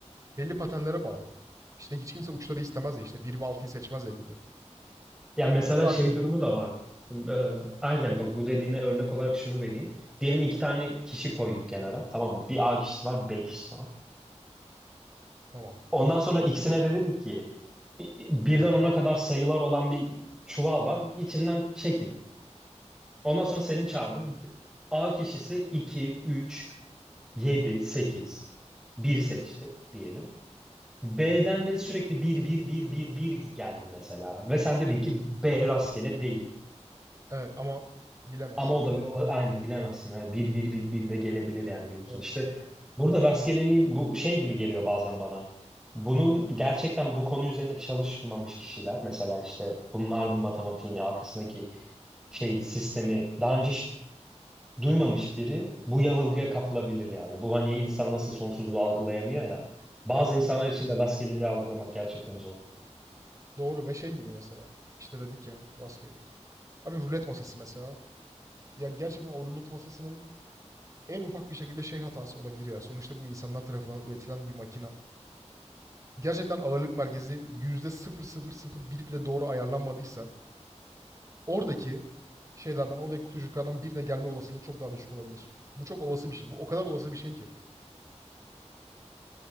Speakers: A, on the right (about 25°); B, in the centre.
A: Belli patenlere bağlı. İşte, hiç kimse uçları istemez ya, işte, bir ve altıyı seçmez ya gibi.
B: Ya mesela
A: Bir de ak-
B: şey durumu da var. Ee, aynen bak bu dediğine örnek olarak şunu vereyim. Diyelim iki tane kişi koyduk kenara tamam mı? Bir A kişisi var bir B kişisi var.
A: Tamam.
B: Ondan sonra ikisine de dedik ki i- birden ona kadar sayılar olan bir çuval var. İçinden çekin. Ondan sonra seni çağırdım. A kişisi iki, üç, yedi, sekiz bir seçti diyelim. B'den de sürekli bir bir bir bir bir geldi mesela. Ve sen dedin ki B rastgele değil.
A: Evet ama bilemezsin.
B: Ama o da bir ola- aynen bilemezsin. Yani bir bir bir bir de gelebilir yani gün sonu.
A: Evet,
B: İşte burada rastgeleliği bu şey gibi geliyor bazen bana. Bunun gerçekten bu konu üzerine çalışmamış kişiler mesela işte bunlar bir matematiğini arkasındaki şey sistemi daha önce hiç duymamış biri bu yanılgıya kapılabilir yani. Bu hani insan nasıl sonsuzluğu algılayamıyor ya. Bazı
A: evet.
B: insanlar için de rastgeleliği algılamak gerçekten zor.
A: Doğru ve şey gibi mesela. İşte dedik ya rastgelelik. Abi rulet masası mesela. Ya gerçekten o rulet masasının en ufak bir şekilde şey hatası olabilir ya. Sonuçta bu insanlar tarafından üretilen bir makina. Gerçekten ağırlık merkezi yüzde sıfır sıfır sıfır bir bile doğru ayarlanmadıysa oradaki şeylerden, oradaki kutucuklardan birine gelme olasılığı çok daha düşük olabilir. Bu çok olası bir şey. Bu o kadar olası bir şey ki.